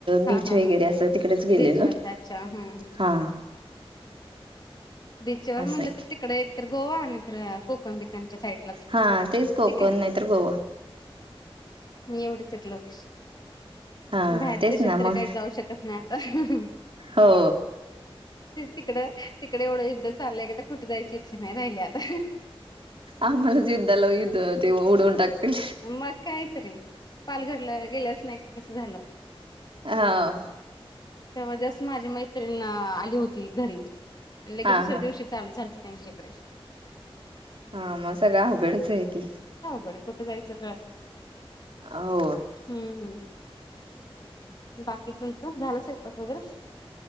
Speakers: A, on the left; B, on the right.
A: हा
B: बीच
A: हा
B: वगैरे
A: हा
B: असं तिकडेच गेलेलं,
A: बीचवरच अच्छा हम्म
B: हा
A: बीचवर म्हणलं
B: असं आहे
A: तर तिकडे एक तर गोवा, नाहीतर कोकण ककंबिकांच्या साईटलाच आहे
B: हा तेच कोकण
A: ठीक आहे
B: नाही तर गोवा
A: एवढंचच लक्ष,
B: हा
A: बाहेर
B: तेच
A: देशात
B: ना
A: तर
B: मग
A: काही जाऊ शकत नाही आता
B: हो
A: तिकड तिकडे एवढं युद्ध चाललंय का तर कुठे जायची इच्छा नाही राहिली आता
B: आम्हालाच युद्धाला युद्ध ते टाकतील
A: मग कायतरी पालघरला गेल्याच नाही का कस झालं
B: हवं
A: त्यामध्येच माझी मैत्रिण आली होती घरी आणि लगेच
B: हा
A: दुसऱ्या
B: हा
A: दिवशी चालू झालत त्यांच्याकडे
B: हा मग सगळं अवघडच आहे की
A: पण कुठे जायचं- नाही
B: हो
A: हम्म हम् बाकी तुमचं झालं स्वयंपाक वगैरे